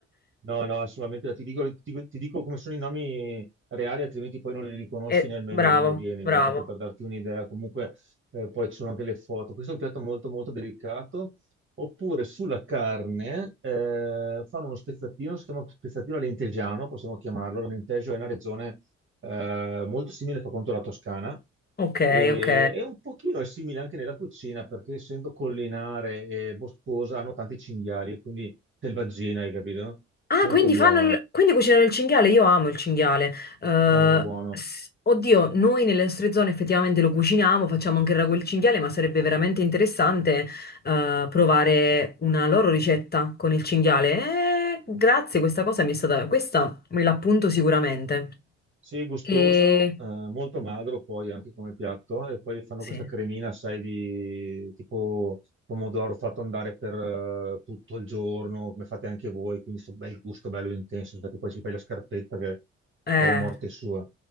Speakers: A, on the right; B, on the left.
A: No, no, assolutamente. Ti dico, ti- ti dico come sono i nomi reali, altrimenti poi non li riconosci
B: Eh,
A: nemmeno
B: bravo,
A: quando vieni, no?
B: bravo,
A: Tanto per darti un'idea. Comunque, eh, poi ci sono anche le foto. Questo è un piatto molto, molto delicato. Oppure sulla carne, eh, fanno uno spezzatino, si chiama spezzatino alentegiano, possiamo chiamarlo. L'Alentejo è una regione eh, molto simile per quanto alla Toscana
B: ok,
A: e,
B: ok.
A: e un pochino è simile anche nella cucina perché essendo collinare e boscosa hanno tanti cinghiali, quindi selvaggina, hai capito?
B: Ah,
A: Molto
B: quindi
A: buona,
B: fanno il... quindi cucinano il cinghiale, io amo il cinghiale. Eh,
A: eh, buono.
B: s- oddio, noi nelle nostre zone effettivamente lo cuciniamo, facciamo anche il ragù e il cinghiale, ma sarebbe veramente interessante eh, provare una loro ricetta con il cinghiale. Eh, grazie, questa cosa mi è stata... questa me l'appunto sicuramente.
A: Sì, gustoso,
B: E...
A: eh, molto magro poi anche come piatto e poi fanno
B: sì,
A: questa cremina, sai, di tipo pomodoro fatto andare per eh, tutto il giorno, come fate anche voi, quindi sto bel gusto, bello intenso, perché poi ci fai la scarpetta che
B: eh.
A: che è la morte sua.